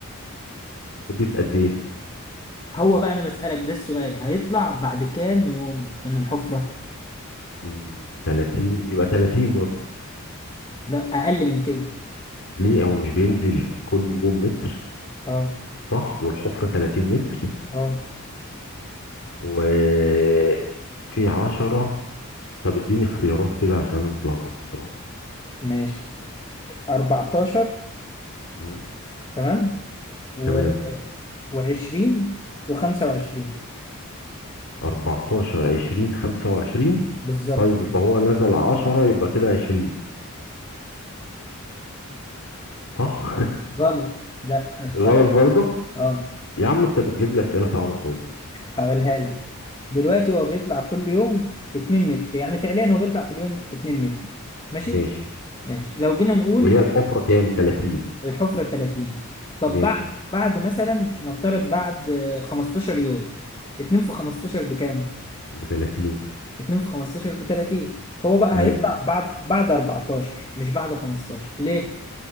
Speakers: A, on the left (about 65°); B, on the left (about 20°).
A: لمدة قد ايه؟
B: هو بقى انا بسألك ده السؤال هيطلع بعد كام يوم من الحفرة
A: مم. 30 يبقى 30 برضه
B: لا اقل من كده
A: ليه هو مش بينزل كل يوم متر
B: اه
A: صح؟ والحفرة 30 متر
B: اه
A: وفي 10 طب اديني اختيارات كده عشان انا متلخبط بصراحة
B: ماشي 14
A: مم.
B: تمام و
A: تمام
B: و20 و25
A: 14 20 25
B: بالظبط
A: طيب يبقى هو نزل 10 يبقى كده 20 صح؟
B: غلط لا
A: <laughs>
B: مش
A: الولد
B: صح
A: برضه
B: اه
A: يا عم انت بتجيب لي اسئله صعبه خالص
B: هقولها لك دلوقتي هو بيطلع كل يوم 2 متر يعني فعليا هو بيطلع في اليوم 2 متر ماشي
A: ماشي
B: ماشي لو جينا نقول
A: وهي الحفره كام 30
B: الحفرة 30 طب
A: ماشي
B: بعد بعد مثلا نفترض بعد آه، 15 يوم 2 في 15 بكام؟
A: ب 30
B: 2 في 15 ب 30 هو بقى
A: ايوه
B: هيطلع بعد بعد 14 مش بعد 15 ليه؟